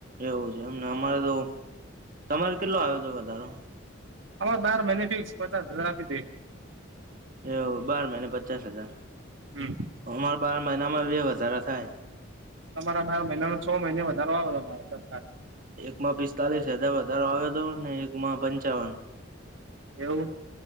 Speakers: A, on the right; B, on the right.
A: એવું છે એમને અમારે તો તમારે કેટલો આવે હતો વધારો.
B: અમાર બાર મહિને ફિક્સ પચાસ હજાર આપી દેઇ.
A: એવું બાર મહિના પચાસ હજાર
B: હમ
A: અમારે બાર મહિના અમારે બે વધારા થાય.
B: તમારા બાર મહિના ન છ મહિને વધારો આવે તમારો સરકાર.
A: એકમાં પિસ્તાલીસ હજાર વધારો આવે હતો ને એકમાં પંચાવન.
B: એવું.